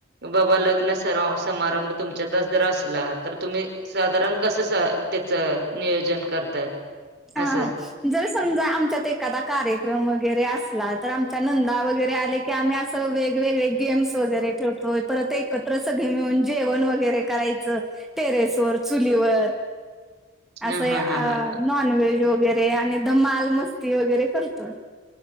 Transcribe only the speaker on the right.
बाबा लग्न स समारंभ तुमच्यातच जर असला, तर तुम्ही साधारण कसं त्याचं नियोजन करताय?
असं.
<inaudible>
हां, हां, हां.